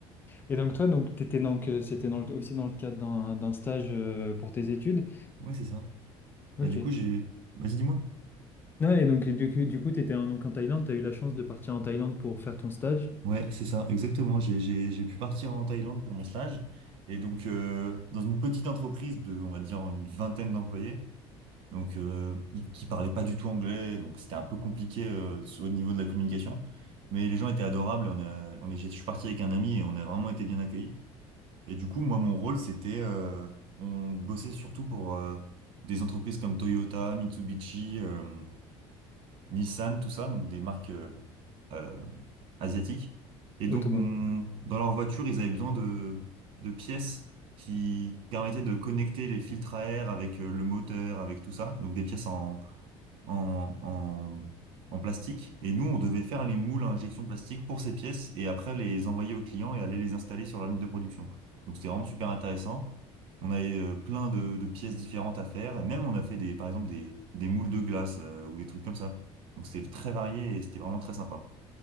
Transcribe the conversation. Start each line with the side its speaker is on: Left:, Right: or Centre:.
Left: Et donc toi, donc t'étais donc euh, c'était dans le- aussi dans le cadre d'un d'un stage euh, pour tes études.
Right: Ouais, c'est ça.
Left: Ok.
Right: Bah, du coup, j'ai. Vas-y, dis-moi.
Left: Ah, et donc du coup, du coup, t'étais en, donc en Thaïlande, t'as eu la chance de partir en Thaïlande pour faire ton stage
Right: Ouais, c'est ça, exactement. J'ai, j'ai, j'ai pu partir en Thaïlande pour mon stage. Et donc, euh, dans une petite entreprise de, on va dire, une vingtaine d'employés, donc euh, ils- qui parlaient pas du tout anglais, donc c'était un peu compliqué euh, au niveau de la communication. Mais les gens étaient adorables. On a, on est, j'ai- je suis parti avec un ami et on a vraiment été bien accueillis. Et du coup, moi, mon rôle, c'était, euh, on bossait surtout pour euh, des entreprises comme Toyota, Mitsubishi, euh, Nissan, tout ça, donc des marques euh, euh, asiatiques. Et
Left: automobile.
Right: donc, on, dans leur voiture, ils avaient besoin de, de pièces qui permettaient de connecter les filtres à air avec euh, le moteur, avec tout ça, donc des pièces en, en, en, en plastique. Et nous, on devait faire les moules à injection plastique pour ces pièces et après les envoyer aux clients et aller les installer sur leur ligne de production. Donc c'était vraiment super intéressant. On avait euh, plein de, de pièces différentes à faire. Et même on a fait des, par exemple, des, des moules de glace euh, ou des trucs comme ça. Donc c'était très varié et c'était vraiment très sympa.